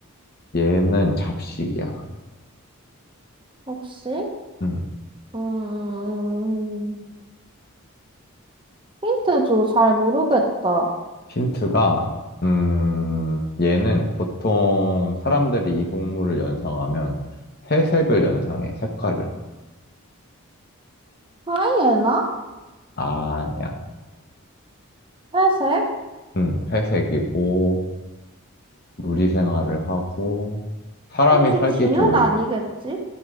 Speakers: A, on the left; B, on the right.
A: 얘는 잡식이야.
B: 혹시?
A: 음.
B: 음, 힌트 줘, 잘 모르겠다.
A: 힌트가, 음, 얘는 보통 사람들이 이 동물을 연상하면 회색을 연상해, 색깔을.
B: 하이에나?
A: 아, 아니야.
B: 회색?
A: 음, 회색이고, 무리 생활을 하고, 사람이
B: 혹시
A: 살기
B: 쥐는
A: 좋은,
B: 아니겠지?